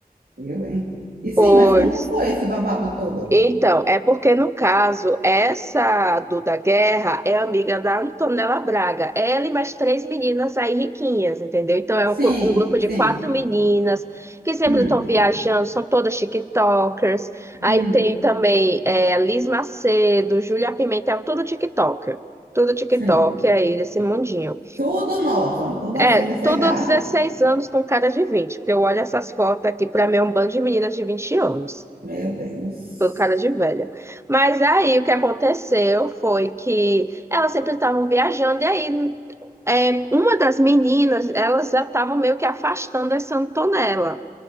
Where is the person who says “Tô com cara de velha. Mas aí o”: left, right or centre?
Right